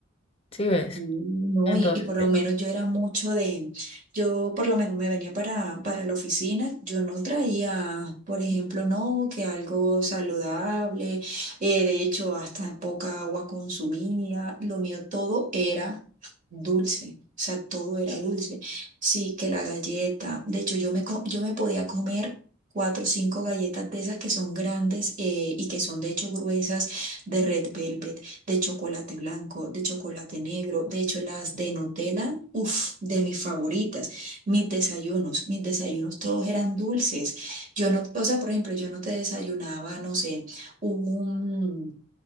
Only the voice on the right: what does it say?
Mm, No,
y, y por lo menos yo era mucho de, yo por lo menos me venía para, para la oficina, yo no traía, por ejemplo, no, que algo saludable, eh, de hecho hasta poca agua consumía, lo mío todo era dulce, o sea, todo era dulce. Sí, que la galleta, de hecho yo me, co- yo me podía comer cuatro o cinco galletas de esas que son grandes eh, y que son de hecho gruesas de Red Velvet de chocolate blanco, de chocolate negro. De hecho, las de Nutella, uff, de mis favoritas. Mis desayunos, mis desayunos todos eran dulces. Yo no, o sea, por ejemplo, yo no te desayunaba, no sé, un,